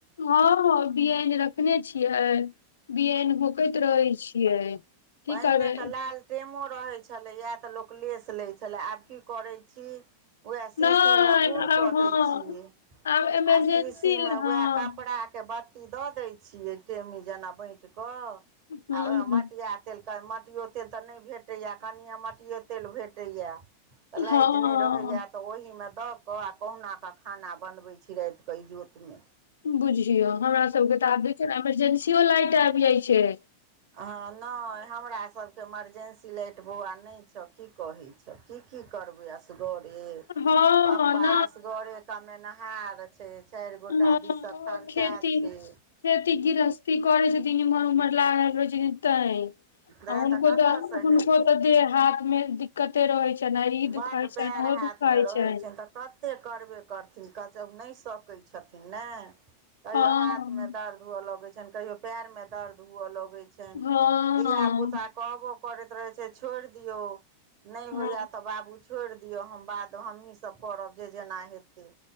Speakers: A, on the left; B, on the right.
A: हँ हँ बियन रखने छियै बियन। होकैत रहै छियै। की
B: पहिने
A: करबै
B: तऽ लाल टेमो रहे छले इ ते लोक लेस ले। छलै आब की करै छी उएह शीशी
A: नहि
B: मे बूर
A: आब
B: कऽ
A: हँ
B: दै छियै। आ
A: आब इमरजेंसी
B: शीशीमे
A: हँ
B: उएह कपड़ाके बत्ती। दऽ दै छिय टेमी जेना बैट क आ
A: ह
B: मटिया। तेलनि मटिओ तेल तऽ नहि भेटैए कनिए मटिओ तेल भेटैए। तऽ लाइट
A: हँ
B: नहि रहैए तऽ ओहिमे दऽ। कऽ कहुनाकऽ खाना बनबै छिय तऽ इजोतमे।
A: बुझियौ हमरा सबके तऽ आब देखियौ ने इमरजेंसी लाइट आबि जाइ छय।
B: हॅं नहि हमरा सब। इमरजेन्सी लैटबौआ नहि छह की कहै छौ की की करबै असगरे।
A: हँ
B: पपा
A: हँ न
B: असगरे कामेनाऽ। छै चारि गोटा
A: हँ
B: दिसँ
A: ओ
B: खर्चा
A: खेती
B: छय।
A: खेती गृहस्थी करै छथि तमहर उमहर लागल रहै छय तऽ।
B: नहि
A: आ उको
B: कतयसँ
A: तऽ
B: हेतैन
A: उको तऽ दे हाथ मे। कतै रहैत छनि आ ई दुखाइत
B: बड्ड पैर
A: छनि ओ
B: हाथमे
A: दुखाइत
B: रहै
A: छनि।
B: तऽ कतेक करबे करथिन कत नहि सकै छथिन ने। कहियो
A: हँ
B: हाथ में दर्द हुॅं लगे छनि कहियो पैर में दर्द हुॅं लगे छै।
A: हँ
B: धियापुता कहबो करैत रहै छै छोड़ दियौ नहि
A: हँ
B: होया। बाबू छोड़ दिअ हम बाद हमहीसभ करब जे जेना हेतै।